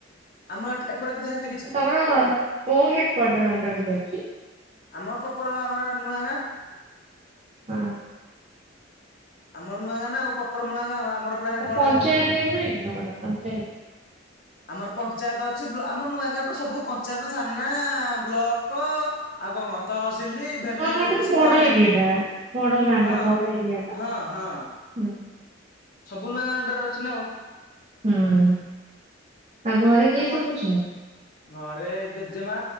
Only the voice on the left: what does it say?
ଆମର ଏପଟ <unintelligible>
ଆମର ପ୍ରପର ମାନେ ନୂଆ ଗାଁ।
ଆମର ନୂଆ ଗାଁ ନା ଆଉ ପପର ନୂଆ ଗାଁ ଆମର ପୁରା ହେଡକ୍ୱାର୍ଟର
ଆଉ।
ଆମର ପଞ୍ଚାୟତ ଅଛି ଆମର ନୂଆ ଗାଁ ସବୁ ପଞ୍ଚାୟତ ଥାନା ବ୍ଲକ। ଆଉ କଣ ତହସିଲି ଭେଟନାରୀ
ଅଫିଛି
ଫରେଷ୍ଟ
ହଁ
ହଁ ହଁ।
ସବୁ ନୂଆ ଗାଣ୍ଡ ର ଅଛି ନା ଆଉ।
ଆପଣ
ଘରେ ଜେଜେମା